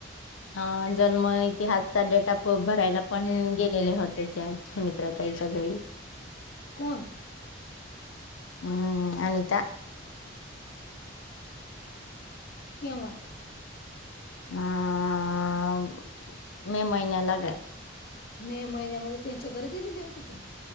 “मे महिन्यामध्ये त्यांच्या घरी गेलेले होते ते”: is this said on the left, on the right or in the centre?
Left